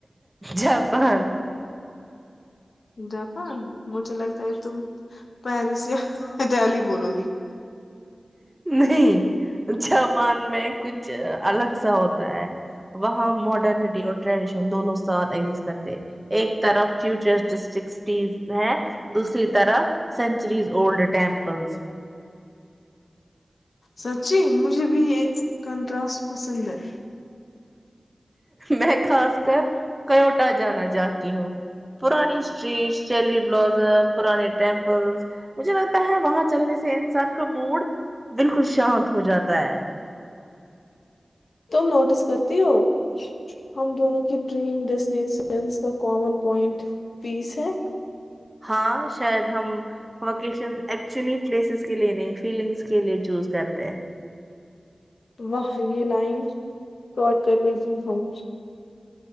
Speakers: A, on the right (about 15°); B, on the left (about 80°).
A: جاپان
B: جاپان مجھے لگتا ہے تم پیرس یا ہتیالی بولو گی
A: نہیں جاپان میں کچھ الگ سا ہوتا ہے وہاں ماڈرنٹی اور ٹریڈیشن دونوں ساتھ ایزسٹ کرتے ایک طرف فوچرز ہے دوسری طرف سینچریز اڈ ٹیمل تنز
B: سچی مجھے بھی یہ کنٹراسٹ پسند ہے
A: میں خاص کر کووٹا جانا چاہتی ہوں پرانی اسٹریٹ چیری بلازم پرانے ٹیمپل مجھے لگتا ہے وہاں چلنے سے انسان کا موڈ بالکل شانت ہو جاتا ہے
B: تم نوٹس کرتی ہو ہم دونوں کی ڈریم ڈیسٹینیشنس کا کامن پوائنٹ پیس ہے
A: ہاں شاید ہم ووکیشن ایکچولی پلیسز کے لیے نہیں فیلنگس کے لیے چوز کرتے ہیں
B: تو وہاں یہ لائن کاٹ کر لیتیی ہوں